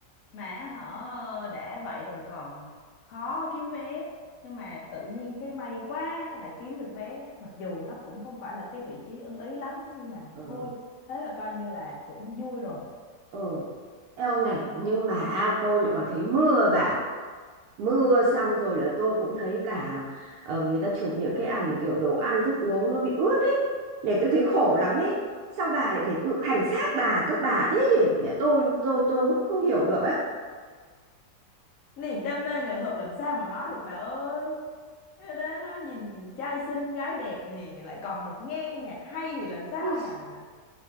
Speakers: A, on the left; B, on the right.
A: mà họ đã vậy rồi còn khó kiếm vé nhưng mà tự nhiên cái may quá lại kiếm được vé mặc dù nó cũng không phải là cái vị trí ưng ý lắm nhưng mà
B: Ừ.
A: thôi thế là coi như là cũng vui rồi
B: Ừ. Eo này, nhưng mà tôi lại còn thấy mưa bà. mưa xong rồi là tôi cũng thấy cả ờ, người ta chụp những cái ảnh kiểu đồ ăn thức uống nó bị ướt ấy này tôi thấy khổ lắm ấy sao bà lại phải tự hành xác bà các bà thế nhỉ mẹ tôi tôi tôi cũng không hiểu được á
A: niềm đam mê nghệ thuật làm sao mà nói được bà ơi Thế đó nó nhìn trai xinh gái đẹp thì lại còn được nghe nhạc hay thì làm sao
B: ôi
A: mà